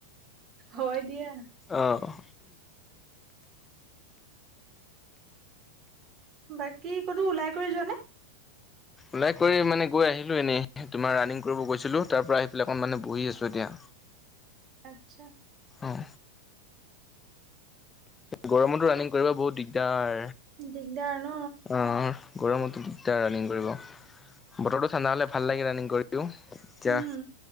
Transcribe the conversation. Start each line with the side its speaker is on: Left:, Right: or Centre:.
Right: হয় দিয়া
Left: অ'।
Right: বাকী ক'তো ওলাই কৰি যোৱা নে।
Left: ওলাই কৰি মানে গৈ আহিলোঁ এনেই তোমাৰ ৰানিং কৰিব গৈছিলোঁ তাৰপৰা আহি পেলাই অকণ মানে বহি আছোঁ এতিয়া।
Right: আচ্ছা।
Left: অঁ গৰমতো ৰাণিং কৰিব বহুত দিগদাৰ,
Right: দিগদাৰ ন
Left: অঁহ গৰমতো দিগদাৰ ৰানিং কৰিব বতৰটো ঠাণ্ডা হ'লে ভাল লাগে ৰানিং কৰিও। এইচ্ছা
Right: উম